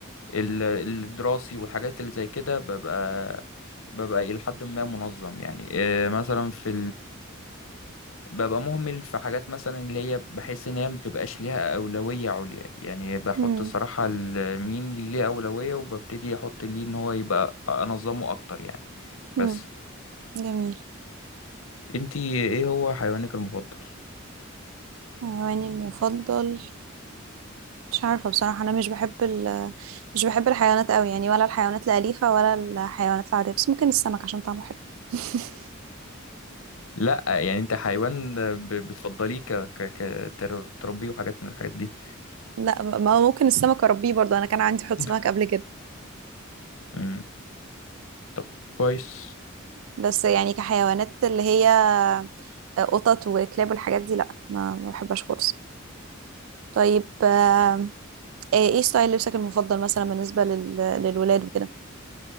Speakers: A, on the left; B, on the right.
A: ال- الدراسي والحاجات اللي زي كده ببقى ببقى إلى حد ما منظم يعني آه، مثلا في ببقى مهمل في حاجات مثلا اللي هي بحس ان هي مبتبقاش ليها اولويه عليا يعني بحط
B: امم
A: صراحه ال- مين اللي ليه اولويه وببتدي احط ليه ان هو يبقى انظمه اكتر يعني بس
B: امم جميل
A: انتي ايه هو حيوانك المفضل
B: حيواني المفضل مش عارفة بصراحة أنا مش بحب ال مش بحب الحيوانات أوي يعني ولا الحيوانات الأليفة ولا الحيوانات العادية بس ممكن السمك عشان طعمه حلو <laughs>
A: لا يعني انت حيوان ب- بتفضليه ك ك ك تر- تربيه وحاجات من الحاجات دي
B: لا ما هو ممكن السمك أربيه برضه أنا كان عندي حوض
A: <laughs>
B: سمك قبل كده
A: مم. طب كويس
B: بس يعني كحيوانات اللي هي قطط وكلاب والحاجات دي لا ما ما بحبهاش خالص طيب آه، إيه إيه ستايل لبسك المفضل مثلا بالنسبة لل... للولاد وكده